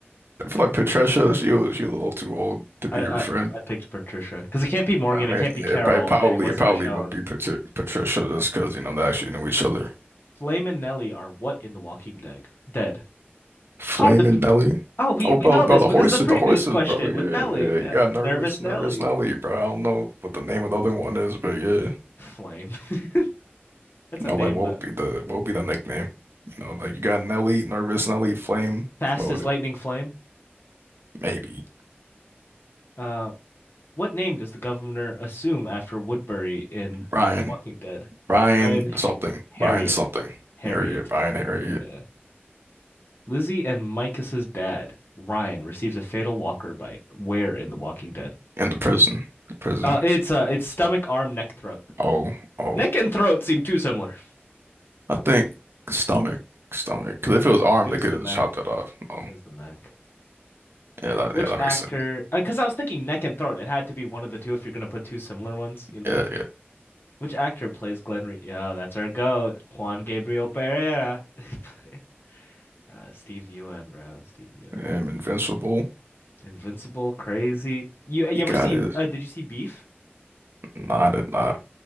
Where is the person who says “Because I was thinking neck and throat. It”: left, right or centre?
Left